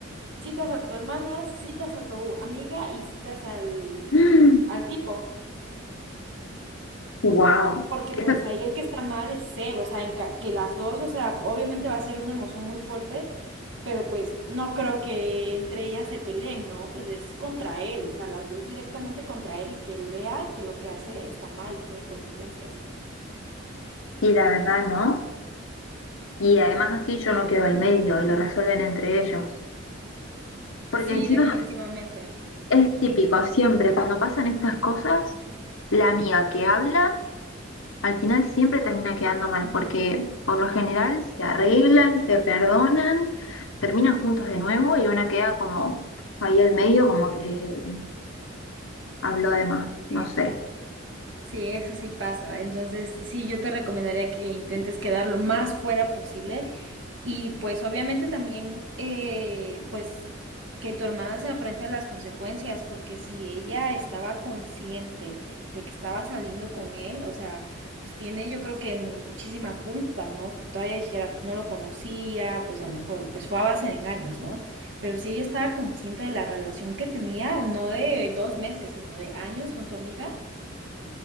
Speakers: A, on the right (about 65°); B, on the left (about 85°).
A: citas a tu hermana, citas a tu amiga y citas al,
B: <gasps>
A: al tipo.
B: Wow.
A: Porque
B: Eso
A: pues ahí el que está mal es él, o sea, en ca- que las dos, o sea, obviamente va a ser una emoción muy fuerte, pero pues no creo que entre ellas se peleen, ¿no? Pues es contra él, o sea, las dos directamente contra él y que él vea que lo que hace está mal y tiene consecuencias.
B: sí, la verdad, ¿no? Y además así yo no quedo en medio y lo resuelven entre ellos. Porque
A: Sí,
B: encima
A: definitivamente.
B: es típico, siempre cuando pasan estas cosas, la amiga que habla al final siempre termina quedando mal, porque por lo general se arreglan, se perdonan, terminan juntos de nuevo y una queda como ahí al medio, como que habló de más,
A: Sí.
B: no sé.
A: Sí, eso sí pasa. Entonces, sí, yo te recomendaría que intentes quedar lo más fuera posible y pues obviamente también, eh, pues que tu hermana se afrente a las consecuencias, porque si ella estaba consciente de que estaba saliendo con él, o sea, pues tiene yo creo que muchísima culpa, ¿no? Pues, Todavía dijera, pues no lo conocía, pues a lo mejor, pues fue a base de engaños, ¿no? Pero si ella estaba consciente de la relación que tenía, no de dos meses, sino de años con tu amiga,